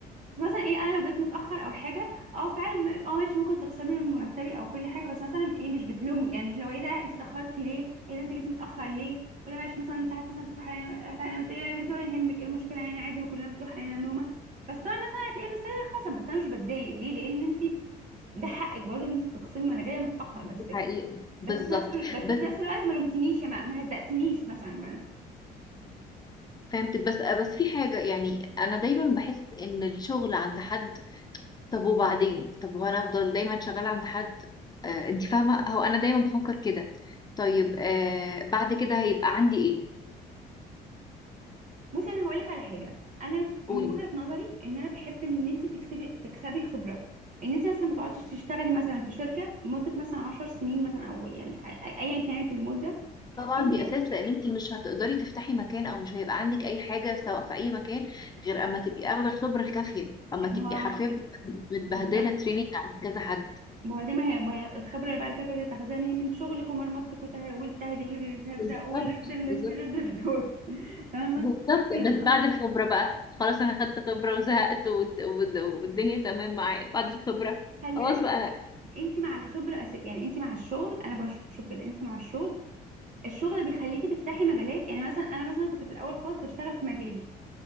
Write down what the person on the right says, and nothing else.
مثلا ايه انا لو جيت متاخر او حاجه اه فعلا م- اه ماشي ممكن تخسرني من مرتبي او كل حاجه بس مثلا ايه مش بتلومني يعني مش لو ايه ده انت اتاخرتي ليه ايه ده انت جيتي متاخر ليه ولا ماشي مثلا ساعات مثلا بتروح علينا رحت علينا بتقولي يا بنتي ولا يهمك ايه المشكله يعني عادي ما كلنا بتروح علينا نومه بس طبعا مثلا هتلاقيه بس انا خصم بس انا مش بتضايق ليه لان انت ده حقك برضه ان انت تخصمي ما انا جايه متاخر بس
بس في نفس ال... بس في
نفس الوقت ما لومتنيش يا ما, ما هزقتنيش مثلا
بصي انا هقول لك على حاجه انا من
وجهه نظري ان انا بحب ان انت تكسبي تكسبي خبره ان انت مثلا ما تقعديش تشتغلي مثلا في شركه لمده مثلا 10 سنين مثلا او يعني أ- أ- ايا كانت المده
انت
كده
ما
هو
بالظبط
ما هو دي ما هي ما هي الخبره اللي بعد كده تقدري تاخديها منين من شغلك ومرمطتك وته- والتهزيق اللي بتتهزق
والرفض اللي
بتترفض فاهمه
<laughs>
آه.
خلي
بالك
انت مع الخبره أس... يعني انت مع الشغل انا بش- بشوف كده انت مع الشغل الشغل بيخليكي تفتحي مجالات يعني مثلا انا مثلا كنت في الاول خالص بشتغل في مجالي